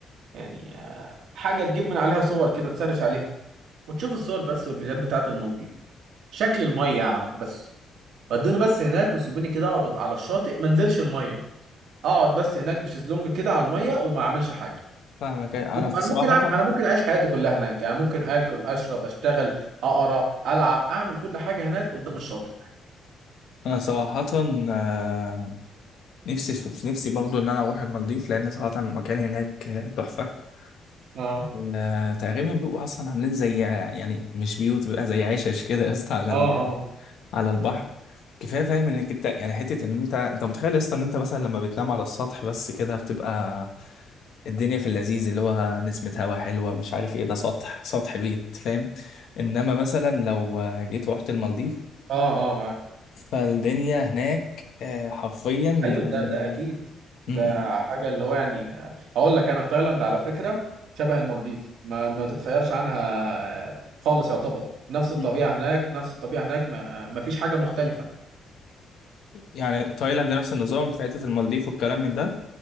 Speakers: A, on the right; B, on the left.
A: يعني آه، حاجه تجيب من عليها صور كده تسرش عليها وتشوف الصور بس والفيديوهات بتاعت المالديف شكل الميه يا عم بس ودوني بس هناك وسيبوني كده اقعد على الشاطئ ما انزلش الميه اقعد بس هناك بشезلونج كده على الميه وما اعملش حاجه
B: فاهمك انا
A: ممكن
B: في
A: انا
B: صراحة
A: ممكن أعمل... انا ممكن اعيش حياتي كلها هناك يعني ممكن اكل اشرب اشتغل اقرا العب اعمل كل حاجه هناك قدام الشاطئ
B: انا صراحة آه، نفسي نفسي برضه ان انا اروح المالديف لان صراحة المكان هناك تحفة
A: اه
B: آه، تقريبا بيبقوا اصلا عاملين زي يعني مش بيوت بيبقى زي عشش كده يا اسطى على
A: اه
B: ال...
A: اه
B: على البحر كفايه فاهم انك انت يعني حته ان انت انت متخيل يا اسطى ان انت مثلا لما بتنام على السطح بس كده بتبقى الدنيا في اللذيذ اللي هو نسمة هوا حلوة مش عارف ايه ده سطح سطح بيت فاهم انما مثلا لو جيت رحت المالديف
A: اه اه معاك
B: فالدنيا هناك آه، حرفيا
A: ايوه
B: آه،
A: ده ده اكيد
B: م-
A: ده
B: م-
A: حاجه اللي هو يعني آه، اقول لك انا تايلاند على فكره شبه المالديف ما ما تتخيرش عنها آه، خالص يعتبر نفس الطبيعه
B: م.
A: هناك نفس الطبيعه هناك ما, ما فيش حاجه مختلفه
B: يعني تايلاند نفس النظام في حتة المالديف والكلام من ده